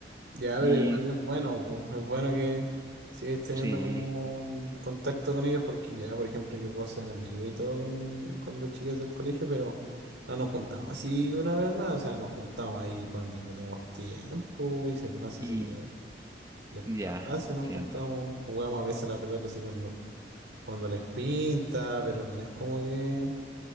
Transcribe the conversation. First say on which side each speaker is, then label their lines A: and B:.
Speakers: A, on the right (about 80°); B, on the right (about 20°).
A: Ya,
B: Y
A: pero igual es bueno, po. Es bueno que sigáis teniendo
B: sí,
A: como el contacto con ellos porque ya, por ejemplo, yo puedo ser amigo y todo con, con los chicos del colegio, pero no nos juntamos así una vez más, o sea, nos juntamos ahí cuando tenemos tiempo y se nos hace
B: y
A: así como el espacio,
B: ya, entiendo.
A: nos juntamos, jugamos a veces a la pelota así cuando, cuando les pinta, pero no es como que